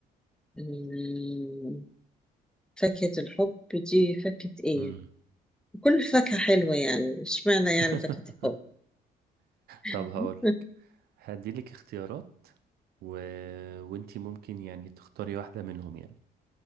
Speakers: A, in the centre; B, on the right (about 65°).
A: مم، فاكهة الحب دي فاكهة ايه
B: مم.
A: كل فاكهة حلوة يعني اشمعنى
B: <laughs>
A: يعني فاكهة الحب <laughs>
B: طب هقولك هديلك اختيارات و... وانتي ممكن يعني تختاري واحدة منهم يعني